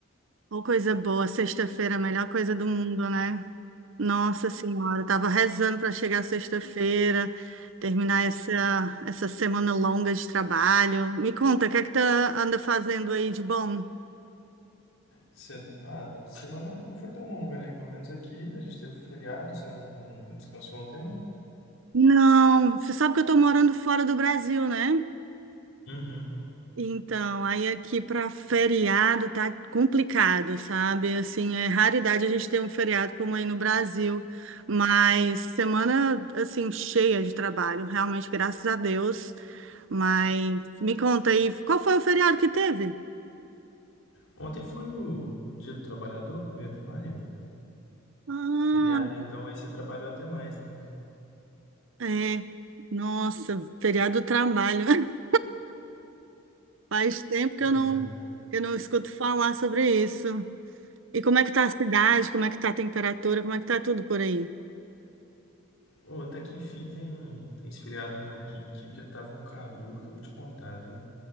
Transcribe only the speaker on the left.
Se- Ah, Semana não foi tão longa, né? Pelo menos aqui a gente teve feriado, você não, não- não descansou ontem, não?
uhum.
Ontem foi o Dia do Trabalhador, primeiro de maio.
Feriado, então, aí você trabalhou até mais, né?
Pois
é.
Ô, até que enfim tem, tem esfriado um pouquinho aqui, porque tava um calor que eu vou te contar, viu?